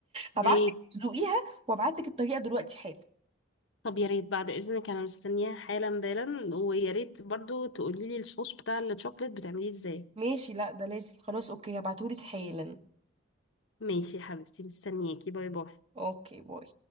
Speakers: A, on the right; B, on the left.
A: هبعت
B: يا ريت
A: لك تدوقيها وابعت لك الطريقه دلوقتي حالا
B: طب يا ريت بعد اذنك انا مستنياها حالا بالا ويا ريت برضو تقولي لي الصوص بتاع الشوكليت بتعمليه ازاي
A: ماشي لا ده لازم خلاص اوكي هبعتهولك حالا
B: ماشي يا حبيبتي مستنياكي باي باي
A: اوكي باي